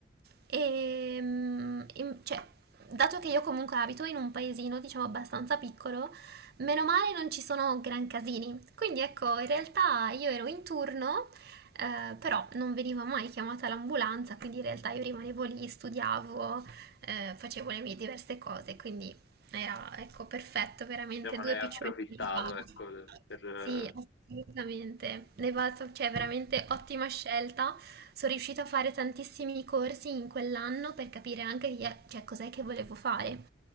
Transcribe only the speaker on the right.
E, mm, in- cioè, dato che io comunque abito in un paesino, diciamo, abbastanza piccolo, meno male non ci sono gran casini. Quindi ecco, in realtà io ero in turno, eh, però non veniva mai chiamata l'ambulanza, quindi in realtà io rimanevo lì, studiavo, eh, facevo le mie diverse cose, quindi era, ecco, perfetto, veramente
due
piccioni.
in una panna.
Sì, assolutamente. Le Valsov, cioè, veramente ottima scelta. Sono riuscita a fare tantissimi corsi in quell'anno per capire anche chi è- cioè, cos'è che volevo fare.